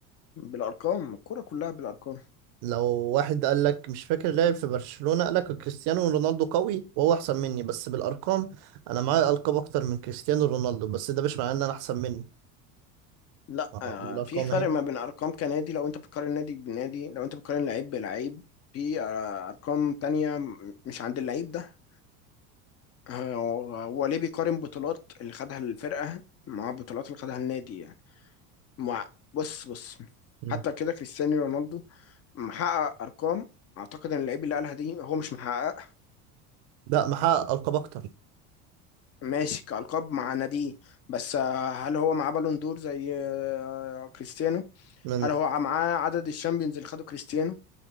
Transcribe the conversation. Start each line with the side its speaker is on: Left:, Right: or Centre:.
Left: بالارقام الكوره كلها بالارقام
Right: لو واحد قال لك مش فاكر لاعب في برشلونة قال لك كريستيانو رونالدو قوي وهو احسن مني بس بالارقام انا معايا القاب اكتر من كريستيانو رونالدو بس ده مش معناه ان انا احسن منه
Left: لا
Right: اه،
Left: آه،
Right: دي بالارقام
Left: في فرق
Right: اهي
Left: ما بين ارقام كنادي لو انت بتقارن نادي بنادي لو انت بتقارن لعيب بلعيب في آه، ارقام تانية م- مش عند اللعيب ده آه، هو هو ليه بيقارن بطولات اللي خدها الفرقة مع بطولات اللي خدها النادي يعني مع بص بص
Right: مم.
Left: حتى كده كريستيانو رونالدو محقق ارقام اعتقد ان اللعيب اللي قالها دي هو مش محقق
Right: ده محقق القاب اكتر
Left: ماشي كالقاب مع ناديه بس آه، هل هو معاه بالون دور زي آه، كريستيانو
Right: من
Left: هل هو معاه عدد الشامبيونز اللي خده كريستيانو